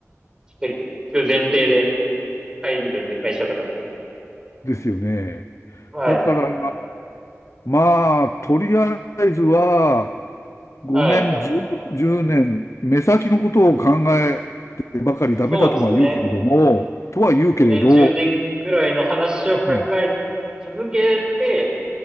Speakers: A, on the right; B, on the left.
A: していく前提で入るんで、会社とかに。
B: ですよね。
A: はい。
B: だから、まあ、とりあえずは、5年、
A: はい。
B: 10、年、目先のことを考えてばかりダメだとは言うけれども、
A: そうですね。
B: とは言うけれど、
A: 5年、10年くらいの話を考え
B: うん、
A: 続けて、